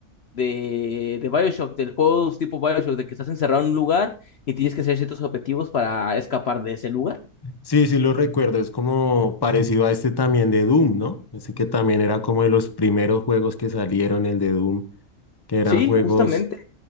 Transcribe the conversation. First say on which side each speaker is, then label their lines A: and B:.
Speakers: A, on the left (about 50°); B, on the left (about 20°).
A: de, de Bioshock, del juego tipo Bioshock, de que estás encerrado en un lugar y tienes que hacer ciertos objetivos para escapar de ese lugar.
B: Sí, sí lo recuerdo, es como parecido a este también de Doom, ¿no? Ese que también era como de los primeros juegos que salieron, el de Doom, que eran
A: Sí,
B: juegos
A: justamente.